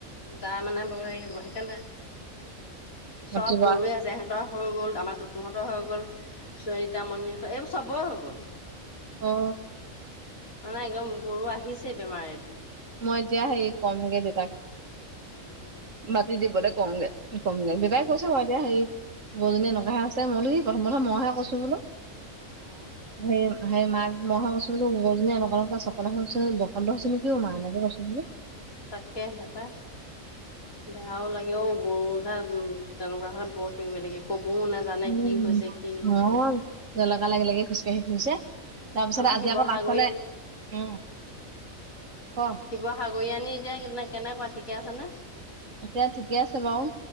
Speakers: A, on the left (about 80°); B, on the right (about 65°).
A: দা মানে বৰ হেৰি হ'ব সেইকাণে চব
B: ভতিজা
A: গৰুৱে এহেতৰ হৈ গ'ল আমাৰ টোতুহঁতৰ হৈ গল চৰিতামণিহঁত এইবোৰ চব বয় হৈ গ'ল
B: অ
A: মানে একদম গৰু আহিছে বেমাৰ এইটো
B: মই এতিয়া হেৰি কমগে দেতাক
A: উম, উম,
B: মতি দিবলৈ কওগে কমগে দেতাই
A: অ',
B: কৈছ ক এতিয়া সেই গৰুজনী এনেকুৱা হে আছে মই বোলো ই প্ৰথম প্ৰথম মইহে কৈছো বোলো
A: হ
B: সেই সেই মাঘ মইহে কৈছোঁ গৰুজনি এনেকুৱা এনেকুৱা চকলা বসন্ত হৈছে নেকি মা এনেকে কৈছোহি
A: তাকে হেপা বেয়াও লাগে অঔ গৰুহে তেনেকুৱা হলে বৰ কিবা লাগে কবও নে জানে
B: উম,
A: কি হৈছে কি নহৈছে
B: অ', জলকা লাগি লাগি খোজকাঢ়ি ফুৰিছে
A: উম,
B: তাৰপিছত
A: আমাৰ
B: আজি
A: শিৱসাগৰীয়া
B: আকৌ পাছফালে উম ক
A: শিৱসাগৰীয়ানি এতিয়া কেনে কেনেকুৱা ঠিকে আছেনে
B: এতিয়া ঠিকে আছে বাৰু